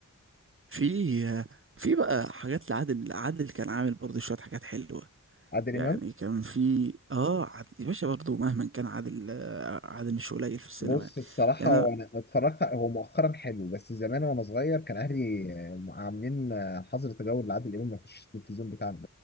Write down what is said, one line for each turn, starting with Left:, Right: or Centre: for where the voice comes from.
Right: في في بقى حاجات لعادل عادل كان عامل برضه شويه حاجات حلوه
Left: عادل
Right: يعني
Left: امام
Right: كان في اه عادل يا باشا برضه مهما كان عادل آه، عادل مش قليل في السينما
Left: بص
Right: يعني
Left: الصراحة
Right: يعني
Left: هو
Right: أنا-
Left: أنا اتفرجت هو مؤخرا حلو بس زمان وأنا صغير كان أهلي آه، عاملين آه، حظر تجول لعادل إمام ما يخشش التلفزيون بتاعنا